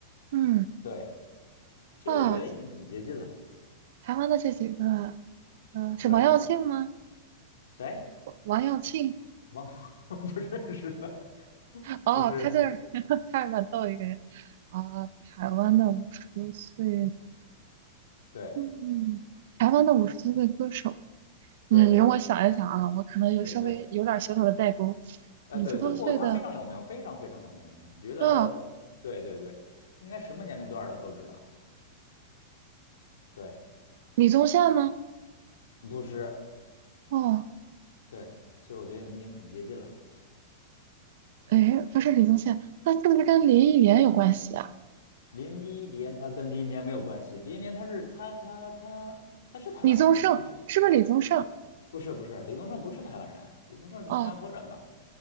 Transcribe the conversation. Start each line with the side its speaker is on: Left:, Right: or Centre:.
Right: 嗯。
Left: 对，其实我觉得已经很接近了，
Right: 啊，台湾的这几个，嗯、是王耀庆吗？
Left: 对，谁？
Right: 王耀庆，
Left: 汪洋 <laughs> 不认识的，<laughs>
Right: 哦，
Left: 不是，
Right: 他就是 <laughs> 他是蛮逗一个人啊、台湾的五十岁，
Left: 对
Right: 嗯，台湾的五十多岁歌手，嗯，
Left: 对对
Right: 容我想一想啊，我可能有稍微有点小小的代沟，
Left: 对对，呃对，
Right: 五十多岁的
Left: 这不，他非常有名，非常非常有名，我觉得，
Right: 啊，
Left: 对对对，应该什么年龄段儿的都知道，对，
Right: 李宗宪吗？
Left: 不是，
Right: 哦，
Left: 对，其实我觉得你已经很接近了。
Right: 哎，不是李宗宪，他是不是跟林忆莲有关系啊？
Left: 林忆莲他跟林忆莲没有关系，林忆莲她是她她她她是台湾人吗？
Right: 李宗盛是不是李宗盛？
Left: 她不是，不是不是，李宗盛不是台湾人，李宗盛是新加坡人吧？
Right: 哦